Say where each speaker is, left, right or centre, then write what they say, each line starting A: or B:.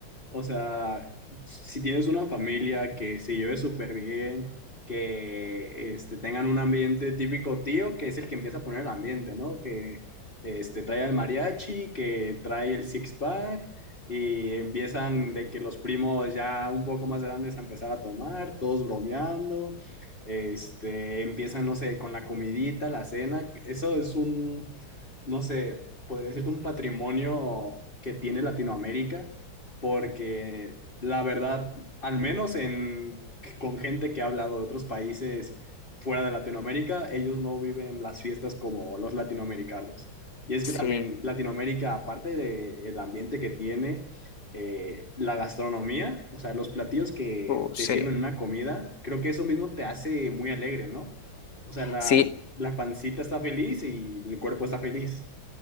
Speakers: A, on the left (about 25°); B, on the left (about 45°).
A: o sea, si tienes una familia que se lleve súper bien, que este, tengan un ambiente típico tío, que es el que empieza a poner el ambiente, ¿no? Que este, trae el mariachi, que trae el six-pack, y empiezan de que los primos ya un poco más grandes a empezar a tomar, todos bromeando, este, empiezan, no sé, con la comidita, la cena, eso es un, no sé podría decirte, un patrimonio que tiene Latinoamérica, porque la verdad, al menos en, con gente que ha hablado de otros países fuera de Latinoamérica, ellos no viven las fiestas como los latinoamericanos. Y es
B: Sí,
A: que también Latinoamérica, aparte del ambiente que tiene, eh, la gastronomía, o sea, los platillos que
B: uh,
A: te
B: sí,
A: sirven una comida, creo que eso mismo te hace muy alegre, ¿no? O sea, la,
B: sí,
A: la pancita está feliz y el cuerpo está feliz.